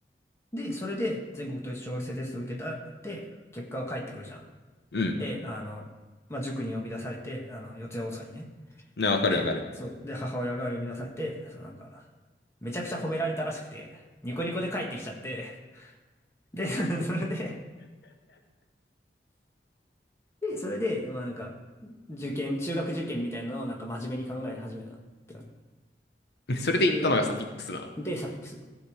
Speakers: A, on the left; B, on the left.
A: で、それで全国統一小学生テストを受けたって、結果が返ってくるじゃん。
B: うん。
A: で、あの、まあ、塾に呼び出されて、あの、四谷大塚にね。
B: な、わかるわかる。
A: で、そう、で、母親が呼び出されて、そう、なんか、めちゃくちゃ褒められたらしくて、ニコニコで帰ってきちゃって、で、<laughs> それで、で、それで、まあ、なんか、受験、中学受験みたいなのをなんか真面目に考え始めたって感じ。っ
B: <laughs> それで言ったのがサピックスなの。
A: ていう、で、サピックス。